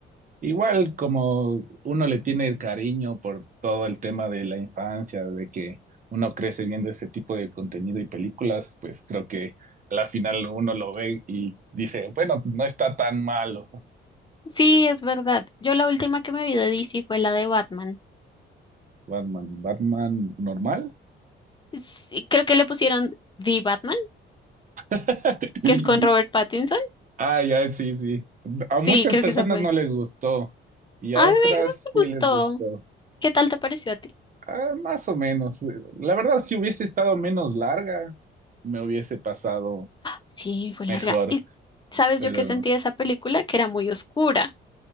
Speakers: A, on the right; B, on the left.
A: Igual como uno le tiene el cariño por todo el tema de la infancia, de que uno crece viendo ese tipo de contenido y películas, pues creo que a la final uno lo ve y dice, bueno, no está tan malo.
B: Sí, es verdad. Yo la última que me vi de DC fue la de Batman.
A: Batman, Batman normal.
B: Sí, creo que le pusieron The Batman,
A: <laughs>
B: que es con Robert Pattinson.
A: Ah, ya, sí, sí. A muchas
B: Sí, creo
A: personas
B: que esa fue.
A: no les gustó y a
B: A
A: otras
B: mí me, me
A: sí
B: gustó.
A: les gustó.
B: ¿Qué tal te pareció a ti?
A: Ah, más o menos. La verdad, si hubiese estado menos larga, me hubiese pasado
B: Sí, fue larga.
A: mejor.
B: ¿Y sabes
A: pero
B: yo qué sentí de esa película? Que era muy oscura.